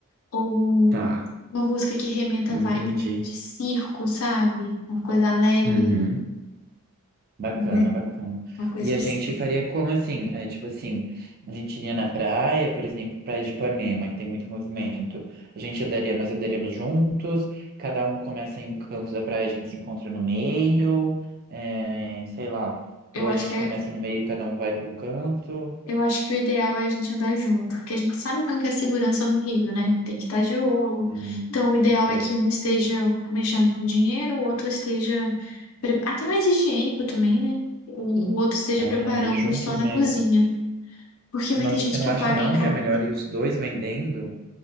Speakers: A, on the left; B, on the right.
A: ou
B: tá,
A: uma música que remeta
B: entendi.
A: à vibe meio de circo, sabe? Uma coisa alegre,
B: Uhum. Bacana,
A: né?
B: bacana.
A: Uma coisa
B: E a
A: assim.
B: gente faria como assim? É, tipo assim, a gente iria na praia, por exemplo, praia de Ipanema, que tem muito movimento. A gente andaria, nós andaríamos juntos, cada um começa em um canto da praia, a gente se encontra no meio, é, sei lá.
A: Eu
B: Ou
A: acho
B: a gente
A: que é
B: começa no meio, cada um vai para um canto.
A: Eu acho que o ideal é a gente andar junto, porque a gente sabe como que é a segurança no Rio, né? Tem que estar de olho.
B: Hum,
A: Então, o ideal
B: ok.
A: é que um esteja mexendo com dinheiro, o outro esteja. pre- Até mais higiênico também, né? O o outro esteja
B: Ah,
A: preparando
B: e juntos
A: só
B: mesmo.
A: na cozinha. Porque
B: Mas
A: vai ter
B: você
A: gente
B: não
A: que
B: acha
A: paga
B: não
A: em cartão.
B: que é melhor ir os dois vendendo?